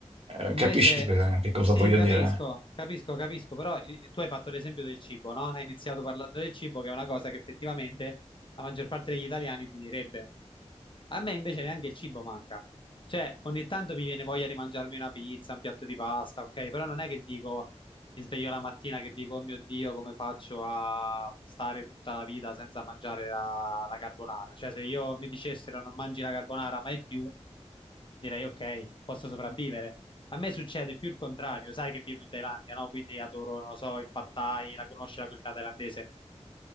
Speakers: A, on the right (about 55°); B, on the left (about 45°).
A: Eh,
B: Invece,
A: eh, capisci che, che cosa
B: sì,
A: voglio
B: capisco,
A: dire?
B: capisco, capisco, però i- tu hai fatto l'esempio del cibo, no? Hai iniziato parlando del cibo, che è una cosa che effettivamente la maggior parte degli italiani ti direbbe. A me invece neanche il cibo manca. Cioè, ogni tanto mi viene voglia di mangiarmi una pizza, un piatto di pasta, ok? Però non è che dico, mi sveglio la mattina che dico, oh mio Dio, come faccio a stare tutta la vita senza mangiare la, la carbonara? Cioè, se io mi dicessero non mangi la carbonara mai più direi ok, posso sopravvivere. A me succede più il contrario, sai che vivo in Thailandia, no? Quindi adoro, non lo so, il pad thai, la conosci la cucina thailandese?